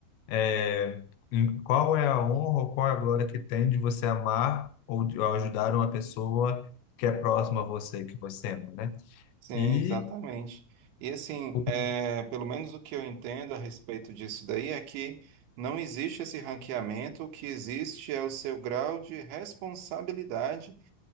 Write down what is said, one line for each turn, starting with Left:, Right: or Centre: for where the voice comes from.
Left: é, em- qual é a honra ou qual é a glória que tem de você amar ou de- ou ajudar uma pessoa que é próxima a você, que você ama, né?
Right: Sim,
Left: E...
Right: exatamente. E assim,
Left: o-
Right: é, pelo menos o que eu entendo a respeito disso daí é que não existe esse ranqueamento, o que existe é o seu grau de responsabilidade